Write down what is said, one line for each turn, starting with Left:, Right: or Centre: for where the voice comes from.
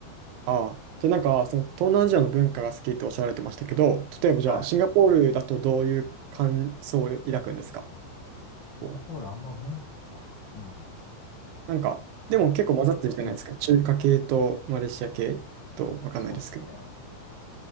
Right: ああ。じゃあなんかその東南アジアの文化が好きっておっしゃられてましたけど、例えばじゃあシンガポールだとどういう感想を抱くんですか
Left: はい。シンガポールあんま文化。
Right: こう。
Left: うん。
Right: なんか、でも結構混ざってるじゃないですか。
Left: シンガポールは、うん、
Right: 中華系とマレーシア系とわかんないですけど。
Left: そうですね。